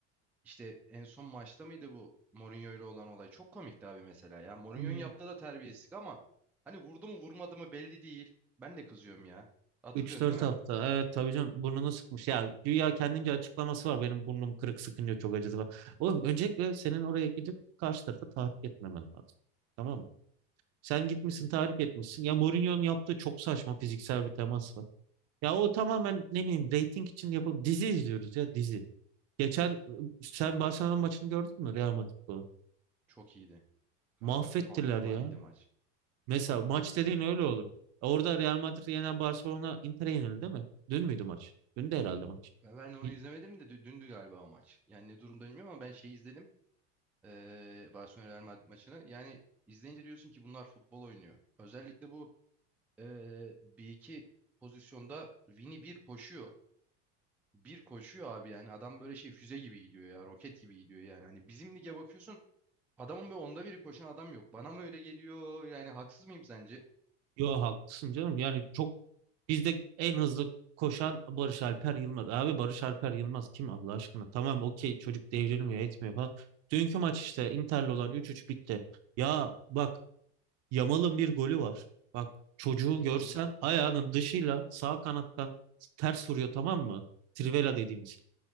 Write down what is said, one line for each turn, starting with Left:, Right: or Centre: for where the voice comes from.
Centre: işte en son maçta mıydı bu Mourinho ile olan olay? Çok komikti abi mesela ya. Mourinho'nun
Right: aşkına.
Centre: yaptığı da terbiyesizlik ama hani vurdu mu vurmadı mı belli değil. Ben de kızıyorum ya. Hatırlıyorsun
Right: Üç dört
Centre: değil mi?
Right: hafta. Evet tabii canım burnunu sıkmış. Ya güya kendince açıklaması var. Benim burnum kırık sıkınca çok acıdı falan. Oğlum öncelikle senin oraya gidip karşı tarafa tahrik etmemen lazım. Tamam mı? Sen gitmişsin tahrik etmişsin. Ya Mourinho'nun yaptığı çok saçma fiziksel bir temas var. Ya o tamamen ne bileyim reyting için yapıp dizi izliyoruz ya dizi. Geçen e, sen Barcelona maçını gördün mü Real Madrid'de?
Centre: Çok iyiydi. Kanka
Right: Mahvettiler
Centre: anormal
Right: ya.
Centre: iyiydi maç.
Right: Mesela
Centre: Anormal
Right: maç
Centre: iyiydi
Right: dediğin
Centre: yani.
Right: öyle olur. Orada Real Madrid yenen Barcelona Inter'e yenildi değil mi? Dün müydü maç? Dün de herhalde maç.
Centre: Ben ben onu
Right: Y-
Centre: izlemedim de dü- dündü galiba o maç. Yani ne durumda bilmiyorum ama ben şeyi izledim. eee Barcelona Real Madrid maçını. Yani izleyince diyorsun ki bunlar futbol oynuyor. Özellikle bu eee, bir iki pozisyonda Vini bir koşuyor. Bir koşuyor abi yani adam böyle şey füze gibi gidiyor ya roket gibi gidiyor yani. Hani bizim lige bakıyorsun adamın böyle onda biri koşan adam yok. Bana mı öyle geliyor yani haksız mıyım sence?
Right: Yo haklısın canım. Yani çok bizde en hızlı koşan Barış Alper Yılmaz. Abi Barış Alper Yılmaz kim Allah aşkına? Tamam okey çocuk devrilmiyor etmiyor falan. Dünkü maç işte Inter'le olan 3-3 bitti. Ya bak Yamal'ın bir golü var. Bak çocuğu
Centre: Hı
Right: görsen
Centre: hı.
Right: ayağının dışıyla sağ kanattan ters vuruyor tamam mı? Trivela dediğimiz.